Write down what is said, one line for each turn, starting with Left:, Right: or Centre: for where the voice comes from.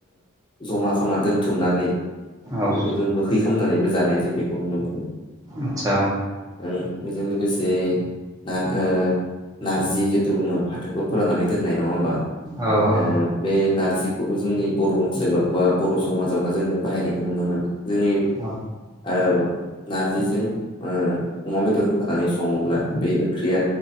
Left: जमा खामना दोनथुमनानै
Right: औ
Left: बेखौ जों बो थै खालामनानैबो जानाय जों बेखौ नुनो मोनो।
Right: आदसा
Left: ओ बेजों लोगोसे नार ओ नारजि जिथु बुङो फाथोखौ फोराननानै दोननाय नङा होमबा
Right: औ औ
Left: ओ बे नारजिखौबो जोंनि बर' ओनसोलाव बा बर' समाजावहा जोङो बाहायनायखौ नुनो मोनो जोंनि
Right: औ
Left: ओ नारजिजों ओ अमा बेदर होफानानै सङोब्ला बे ओंख्रिया